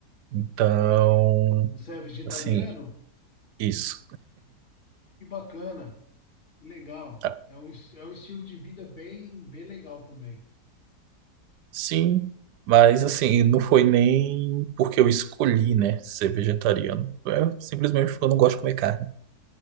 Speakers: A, on the right; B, on the left.
A: Então,
B: Você é vegetariano?
A: assim, isso.
B: Que bacana, que legal.
A: Ah,
B: É um, es- é um estilo de vida bem, bem legal também.
A: Sim, mas assim, não foi nem porque eu escolhi, né, ser vegetariano. É simplesmente porque eu não gosto de comer carne.